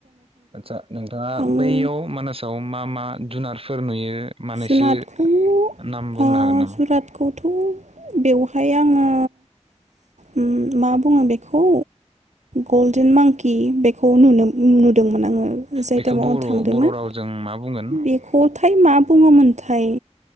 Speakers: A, on the right; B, on the right.
A: आतसा नोंथाङा
B: आङो
A: बैयाव मानासाव मा मा जुनार फोर नुयो मानैसो
B: जुनादखौ
A: नाम बुंनो
B: ओ
A: हागोन नामा
B: जुनादखौ थ' बेवहाय आङो उम मा बुङो बेखौ गल्डेन मांकि बेखौ नुनो नु दोंमोन आङो जाय
A: बेखौ
B: टाइमाव
A: बर'
B: थांदोंमोन
A: बर' रावजों मा बुंगोन
B: बेखौ थाय मा बुङो मोनथाय